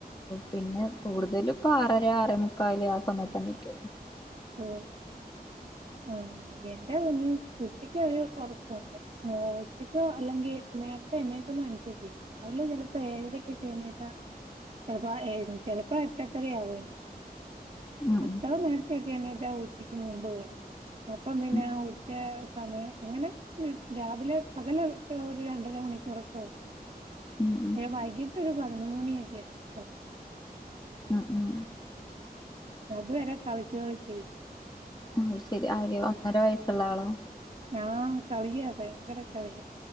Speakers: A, on the left (about 25°); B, on the right (about 45°).
A: പിന്നെ കൂടുതലും ഇപ്പ ആറര ആറേ മുക്കാല് ആ സമയത്താ നീക്കല്.
B: ഓഹ് ആഹ് എന്റെ കുഞ്ഞും. ഉച്ചക്ക് ഒരു ഒറക്കുണ്ട്. ഉച്ചക്കോ അല്ലെങ്കിൽ നേര്ത്തെ എണീക്കുന്നെ അനുസരിച്ചെ. രാവലെ ചെലപ്പെ ഏഴരക്കൊക്കെ എണീക്ക ചെലപ്പോ ചിലപ്പോ എട്ടെട്ടര ആവും.
A: ഉം
B: അത്ര നേരത്തെ ഒക്കെ എണീറ്റ ആ ഉച്ചയ്ക്ക് മുമ്പ് അപ്പൊ പിന്നെ
A: ഉം
B: ആ ഉച്ച സമയം എങ്ങനെ രാവിലെ പകല് ഒരു രണ്ടര മണിക്കൂറൊക്കെ ആവും.
A: ഉം ഉം ഉം
B: ഏഹ് വൈകീട്ട് ഒരു പതിനൊന്ന് മണിയൊക്കെയാവും.
A: ഉം ഉം
B: അതുവരെ കളിച് കളിച്
A: അത് ശെരി. ആര് ഒന്നര വയസ്സ്ള്ള ആളോ.
B: ആഹ് കളിയ. ഭയങ്കര കളിയാ.